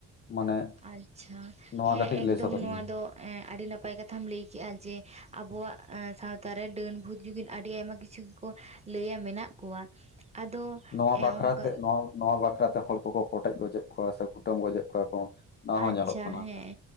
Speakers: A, on the left (about 25°); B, on the right (about 15°).
A: ᱢᱟᱱᱮ
B: ᱟᱪᱪᱷᱟ
A: ᱱᱚᱣᱟ
B: ᱦᱮᱸ
A: ᱠᱟᱹᱴᱤᱡ
B: ᱮᱠᱫᱚᱢ
A: ᱞᱟᱹᱭ ᱥᱚᱫᱚᱨ
B: ᱱᱚᱶᱟ
A: ᱢᱮ
B: ᱫᱚ ᱮ ᱟᱹᱰᱤ ᱱᱟᱯ.... ᱯᱟᱭ ᱠᱟᱛᱷᱟᱢ ᱞᱟᱹᱭ ᱠᱮᱜ-ᱟ ᱡᱮ ᱟᱵᱚᱣᱟᱜ ᱥᱟᱶᱛᱟ ᱨᱮ ᱰᱟᱹᱱ ᱵᱷᱩᱛ ᱡᱩᱜᱤᱱ ᱟᱹᱰᱤ ᱟᱭᱢᱟ ᱠᱤᱪᱷᱩ ᱜᱮ ᱠᱚ ᱞᱟᱹᱭᱟ ᱢᱮᱱᱟᱜ ᱠᱚᱣᱟ ᱟᱫᱚ
A: ᱱᱚᱣᱟ
B: ᱮ..
A: ᱵᱟᱠᱷᱨᱟ
B: ᱚᱱᱠᱟ
A: ᱛᱮ ᱱᱚᱣᱟ ᱱᱚᱣᱟ ᱵᱟᱠᱷᱨᱟ ᱛᱮ ᱦᱚᱲ ᱠᱚᱠᱚ ᱠᱚᱴᱮᱡ ᱜᱚᱡ ᱮᱫ ᱠᱚᱣᱟ ᱥᱮ ᱠᱩᱴᱟᱹᱢ ᱜᱚᱡ ᱮᱫ ᱠᱚᱣᱟ ᱠᱚ ᱱᱚᱣᱟ ᱦᱚᱸ
B: ᱟᱪᱪᱷᱟ
A: ᱧᱮᱞᱚᱜ ᱠᱟᱱᱟ
B: ᱦᱮᱸ